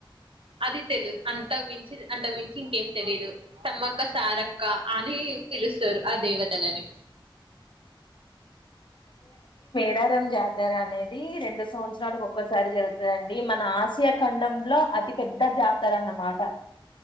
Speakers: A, on the right; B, on the left.
A: అది తెలుదు అంత మించి అంత మించి ఇంకేం తెలిదు సమ్మక్క సారక్క అని పిలుస్తారు ఆ దేవతలని
B: డారం జాతర అనేది రెండు సంవత్సరనికి ఒక్కసారి జరుగుతుందండి మన ఆసియా ఖండంలో పెద్ద జాతర అన్నమాట